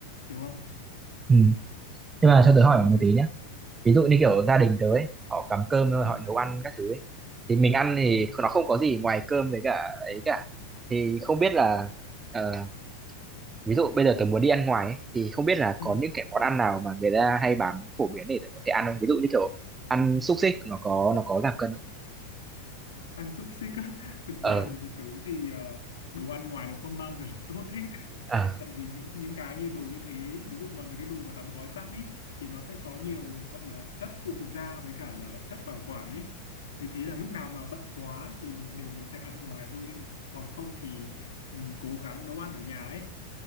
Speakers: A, on the left (about 60°); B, on the right (about 15°).
A: Hiểu không?
B: Ừ. Nhưng
A: Đó.
B: mà cho tớ hỏi một
A: Với...
B: tí nhé. Ví dụ như kiểu
A: Ừ.
B: gia đình tớ ấy, họ cắm cơm rồi
A: Ừ.
B: họ nấu ăn các thứ ấy. Thì mình ăn thì
A: Ờ.
B: nó không có gì ngoài cơm với cả ấy cả. Thì không biết là ờ, ví dụ bây giờ tớ muốn đi ăn ngoài ấy, thì không biết là
A: Ừ.
B: có những cái món ăn nào mà người ta hay bán phổ biến để tớ có thể ăn không? Ví dụ như kiểu ăn xúc xích nó có nó có giảm cân không?
A: ăn xúc xích á <laughs> thực
B: ờ
A: ra đối với tớ thì ờ, đồ ăn ngoài nó không bao giờ là tốt hết
B: à,
A: <laughs> tại vì những những cái như đồ như thế ví dụ mà mấy cái đồ mà đóng gói sẵn ấy thì nó sẽ có nhiều gọi là chất phụ gia với cả là chất bảo quản ấy vì thế là lúc nào mà bận quá thì mình mới phải ăn ngoài thôi còn không thì ừ, cố gắng nấu ăn ở nhà ấy